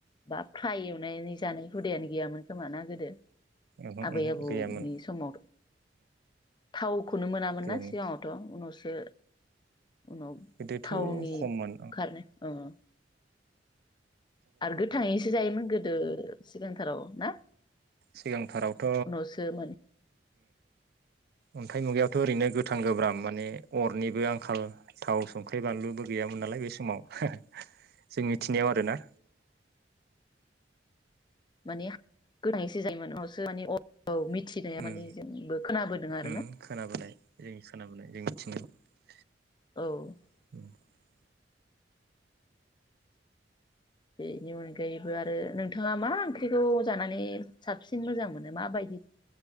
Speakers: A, on the left; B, on the right.
A: बा फ्राय एवनानै जानाय हुदायानो गैयामोन खोमाना गोदो?
B: ओहो
A: आबै
B: ओहो
A: आबौनि
B: गैयामोन।
A: समाव थावखौनो मोनामोन
B: गैयामोन
A: ना सिगाङावथ। उनावसो उनाव
B: गोदोथ'
A: थावनि
B: खममोन
A: <unintelligible> आरो गोथाङैसो जायोमोन गोदो सिगांथाराव ना
B: सिगांथारावथ
A: उनावसो माने
B: अन्थाइ मुगायावथ ओरैनो गोथां गोब्राम माने अरनिबो आंखाल थाव संख्रि बानलुबो गैयामोन नालाय बे समाव जों मिथिनायाव आरोना।
A: माने <unintelligible> औ मिथिनाया
B: उम
A: माने जोंबो खोनाबोदों आरो
B: उम
A: ना
B: खोनाबोनाय <unintelligible>
A: औ
B: <inaudible>
A: बेनि अनगायैबो आरो नोंथाङा मा ओंख्रिखौ जानानै साबसिन मोजां मोनो माबायदि